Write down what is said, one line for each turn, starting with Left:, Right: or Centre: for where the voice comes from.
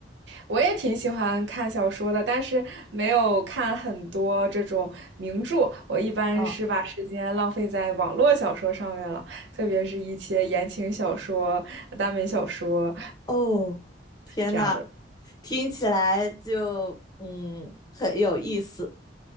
Right: 我也挺喜欢看小说的，但是没有看很多这种名著。我一般是把时间浪费在网络小说上面了，
Left: 嗯，
Right: 特别是一些言情小说、耽美小说
Left: 哦，天呐，
Right: 这样的
Left: 听起来就嗯很有意思。